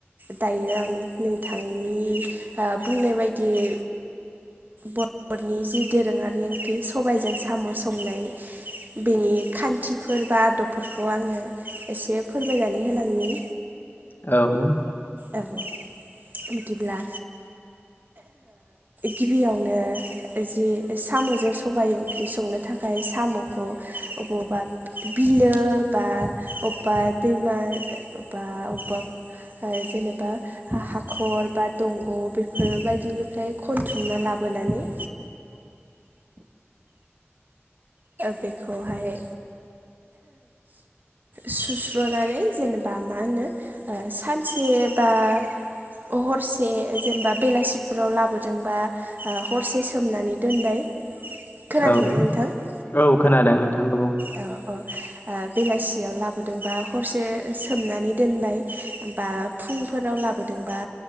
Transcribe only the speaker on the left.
औ
औ
औ खोनादों नोंथां बुं